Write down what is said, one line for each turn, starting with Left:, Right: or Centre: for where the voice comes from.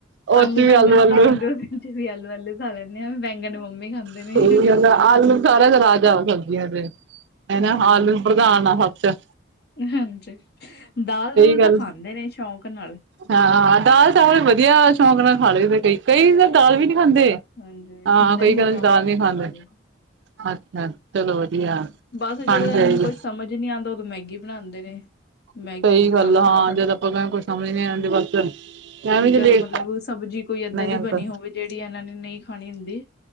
Right: ਉਹ
Left: ਆਲੂ,
Right: ਚ ਵੀ
Left: ਬੈਂਗਣ
Right: ਆਲੂ
Left: ਬਣਾਵਾਂਗੇ ਉਹਦੇ 'ਚ ਵੀ ਆਲੂ-ਆਲੂ ਖਾ ਲੈਂਨੇ ਆ ਬੈਂਗਣ ਮੰਮੀ ਖਾਂਦੇ। ਨੇ
Right: <unintelligible> ਆਲੂ ਸਾਰੀਆਂ ਰਾਜਾ ਸਬਜ਼ੀਆਂ 'ਚ ਹੈ
Left: ਹਮ
Right: ਨਾ ਆਲੂ ਈ ਪ੍ਰਧਾਨ ਐ ਸੱਚ
Left: ਹਾਂਜੀ, ਦਾਲ-ਦੂਲ
Right: ਗੱਲ।
Left: ਤਾਂ ਖਾਂਦੇ ਨੇ ਸ਼ੌਕ ਨਾਲ
Right: ਹਾਂ ਦਾਲ ਚਾਵਲ ਵਧੀਆ ਸ਼ੌਂਕ ਨਾਲ ਖਾ ਲਈ ਦੇ, ਕਈ ਤਾਂ ਦਾਲ ਵੀ ਨੀ ਖਾਂਦੇ
Left: ਹਾਂਜੀ
Right: ਹਾਂ
Left: ਨਹੀਂ
Right: ਕਈ ਘਰਾਂ 'ਚ ਦਾਲ
Left: ਦੂਲ
Right: ਨੀ
Left: ਤਾਂ
Right: ਖਾਂਦੇ,
Left: ਖਾ ਲਈ
Right: ਅੱਛਾ ਚਲੋ ਵਧੀਆ
Left: ਬਸ
Right: ਖਾਣੀ
Left: ਜਦੋਂ
Right: ਚਾਹੀਦੀ
Left: ਇਹਨਾਂ ਨੂੰ ਕੁਛ ਸਮਝ ਨੀ ਆਦਾ ਉਦੋਂ ਮੈਗੀ ਬਣਾਉਂਦੇ ਨੇ ਮੈਗੀ
Right: ਸਹੀ
Left: ਬਣਾ
Right: ਗੱਲ
Left: ਲੋ
Right: ਆ ਹਾਂ
Left: ਫਟਾਫਟ
Right: ਜਦ ਆਪਾਂ ਕੁਛ ਸਮਝ ਨਹੀਂ ਆਂਦੀ ਬਸ ਐਵੇਂ ਜੇ
Left: ਜਦੋਂ
Right: ਲੇਟ
Left: ਮਤਲਬ ਸਬਜ਼ੀ ਕੋਈ ਏਦਾਂ
Right: ਨਹੀਂ ਅੰਕਲ
Left: ਬਣੀ ਹੋਵੇ ਜਿਹੜੀ ਇਹਨਾਂ ਨੇ ਨਹੀਂ ਖਾਣੀ ਹੁੰਦੀ।